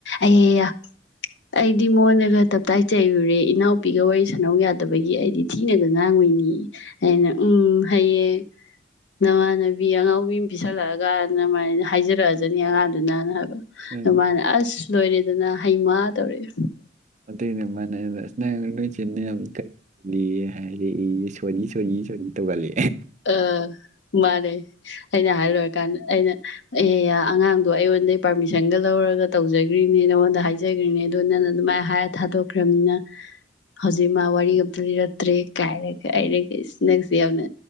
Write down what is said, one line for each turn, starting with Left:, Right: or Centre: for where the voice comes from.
Left: ꯑꯌꯥꯌꯥ ꯑꯩꯗꯤ ꯃꯉꯣꯟꯗꯒ ꯇꯞꯇꯥꯏ ꯆꯩꯩꯔꯨꯔꯦ ꯏꯅꯥꯎꯄꯤꯒ ꯋꯥꯔꯤ ꯁꯥꯟꯅꯧ ꯌꯥꯗꯕꯒꯤ ꯑꯩꯗꯤ ꯊꯤꯅꯒ ꯉꯥꯡꯉꯨꯏ ꯅꯤ ꯑꯩꯅ ꯎꯝ ꯍꯩꯌꯦ ꯅꯃꯥꯟꯅꯕꯤ ꯑꯉꯥꯎꯕꯤ ꯑꯃ ꯄꯤꯁꯜꯂꯛꯑꯒꯅ ꯃꯥꯏꯅ ꯍꯥꯏꯖꯔꯛꯑꯖꯅꯤ ꯑꯉꯥꯡꯗꯨꯅꯅ ꯍꯥꯏꯕ
Right: ꯎꯝ
Left: ꯑꯗꯨ ꯃꯥꯅ ꯑꯁ ꯂꯣꯏꯔꯦꯗꯅ ꯍꯩꯃꯥ ꯇꯧꯔꯛꯑꯦ
Right: ꯑꯗꯨꯢꯔ ꯃꯥꯅ ꯑꯩꯉꯣꯟꯗ ꯑꯁ ꯅꯣꯢ ꯆꯦꯅ ꯌꯥꯝ ꯏꯀꯥ ꯗꯦ ꯍꯥꯏꯔꯛꯑꯦꯌꯦ ꯁꯣꯔꯤ ꯁꯣꯔꯤ ꯁꯣꯔꯤ ꯇꯧꯒꯜꯂꯦ
Left: ꯑꯥ ꯃꯥꯅꯦ ꯑꯩꯅ ꯍꯥꯏ ꯂꯣꯢꯔꯀꯥꯟꯗ ꯑꯩꯅ ꯑꯦꯌꯥ ꯌꯥ ꯑꯉꯥꯡꯗꯣ ꯑꯩꯉꯣꯟꯗꯩ ꯄꯥꯔꯃꯤꯁꯟꯒ ꯂꯧꯔꯒ ꯇꯧꯖꯒ꯭ꯔꯤꯅꯦ ꯅꯉꯣꯟꯗ ꯍꯥꯏꯖꯒ꯭ꯔꯤꯅꯤ ꯑꯗꯣ ꯅꯪꯅ ꯑꯗꯨꯝ ꯃꯥꯏ ꯍꯥꯏꯔ ꯊꯥꯗꯣꯛꯈ꯭ꯔꯝꯅꯤꯅ ꯍꯧꯖꯤꯛ ꯃꯥ ꯋꯥꯔꯤ ꯑꯝꯇ ꯂꯤꯔꯛꯇ꯭ꯔꯦ ꯀꯥꯏꯔꯒ ꯑꯩꯅꯒ ꯅꯪꯁꯦ ꯌꯥꯝꯅ